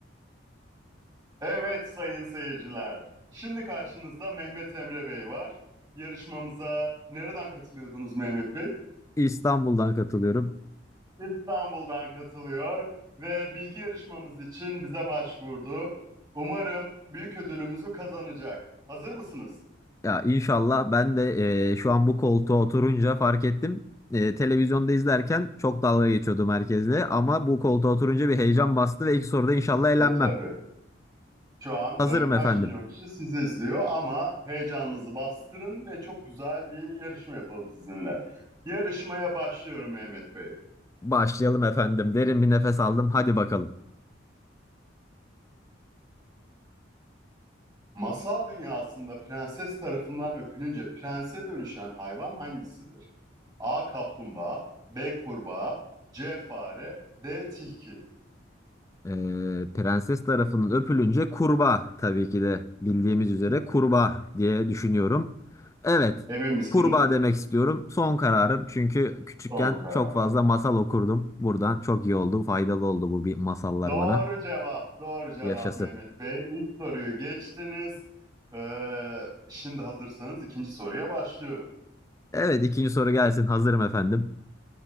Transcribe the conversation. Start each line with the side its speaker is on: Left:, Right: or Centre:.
Right: Evet sayın seyirciler. Şimdi karşınızda Mehmet Emre Bey var. Yarışmamıza nereden katılıyordunuz Mehmet Bey?
Left: İstanbul'dan katılıyorum.
Right: İstanbul'dan katılıyor ve bilgi yarışmamız için bize başvurdu. Umarım büyük ödülümüzü kazanacak. Hazır mısınız?
Left: Ya inşallah ben de eee, şu an bu koltuğa oturunca fark ettim. Eee, televizyonda izlerken çok dalga geçiyordum herkesle ama bu koltuğa oturunca bir heyecan bastı ve ilk soruda inşallah elenmem.
Right: E tabii. Şu an
Left: Hazırım
Right: e, kaç
Left: efendim.
Right: milyon kişi sizi izliyor ama heyecanınızı bastırın ve çok güzel bir yarışma yapalım sizinle. Yarışmaya başlıyorum Mehmet Bey.
Left: Başlayalım efendim. Derin bir nefes aldım. Hadi bakalım.
Right: Masal dünyasında prenses tarafından öpülünce prense dönüşen hayvan hangisidir? A. Kaplumbağa B. Kurbağa C. Fare D. Tilki
Left: Ee, prenses tarafının öpülünce kurbağa tabii ki de bildiğimiz üzere kurbağa diye düşünüyorum. Evet,
Right: Emin misiniz?
Left: kurbağa demek istiyorum. Son kararım çünkü küçükken
Right: Son kararı.
Left: çok fazla masal okurdum. Buradan çok iyi oldu, faydalı oldu bu bir masallar
Right: Doğru
Left: bana.
Right: cevap. Doğru cevap
Left: Yaşasın.
Right: Mehmet Bey. İlk soruyu geçtiniz. Ee, şimdi hazırsanız ikinci soruya başlıyorum.
Left: Evet, ikinci soru gelsin. Hazırım efendim.